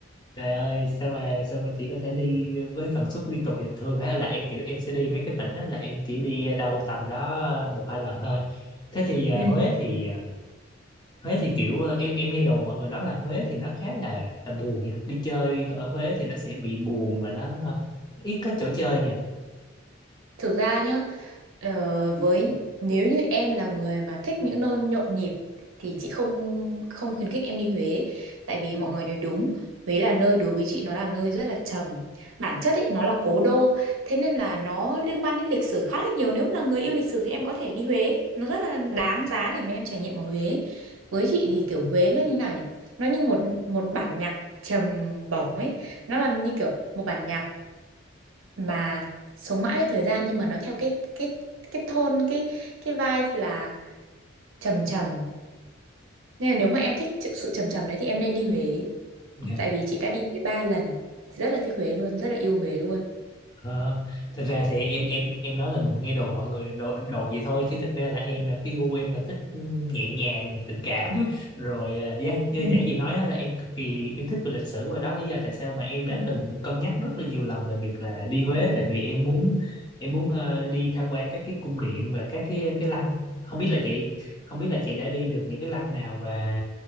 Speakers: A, on the left; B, on the right.
A: Trời ơi, sao mà sao mà chị có thể đi với tần suất liên tục vậy? Thường á là em kiểu em sẽ đi mấy cái tỉnh á là em chỉ đi đâu tầm đó một hai lần thôi. Thế thì ờ,
B: Ừ.
A: Huế thì ờ, Huế thì kiểu ờ, em em nghe đồn mọi người nói là Huế thì nó khá là là buồn nha. Đi chơi ở Huế thì nó sẽ bị buồn và nó ờ, ít có chỗ chơi nha
B: Thực ra nhá, ờ, với nếu như em là người mà thích những nơi nhộn nhịp thì chị không không khuyến khích em đi Huế, tại vì mọi người nói đúng, Huế là nơi đối với chị nó là nơi rất là trầm. Bản chất ấy nó là cố đô, thế nên là nó liên quan đến lịch sử khá là nhiều. Nếu mà là người yêu lịch sử thì em có thể đi Huế, nó rất là đáng giá để mà em trải nghiệm ở Huế. Với chị thì kiểu Huế nó như nào nhỉ? Nó như một một bản nhạc trầm bổng ấy, nó là như kiểu một bản nhạc mà sống mãi với thời gian nhưng mà nó theo cái cái cái tone cái cái vibe là trầm trầm nên là nếu mà em thích sự sự trầm trầm đấy thì em nên đi Huế
A: Dạ.
B: tại vì chị đã đi Huế ba lần Chị rất là thích Huế luôn rất là yêu Huế luôn
A: Ờ, thật ra thì em em em nói là nghe đồn mọi người đồn, đồn vậy thôi chứ thực ra là em là cái gu em là thích ừ, nhẹ nhàng tình cảm <laughs> rồi ờ, dạ như
B: Ừ.
A: giản dị nói á, là em cực kỳ yêu thích về lịch sử và đó là lý do tại sao mà em đã
B: Ừ.
A: từng cân nhắc rất là nhiều lần về việc là đi Huế
B: Ừ.
A: tại vì em muốn em muốn ờ, đi tham quan các cái cung điện và các cái cái lăng không biết là chị không biết là chị đã đi được những cái lăng nào và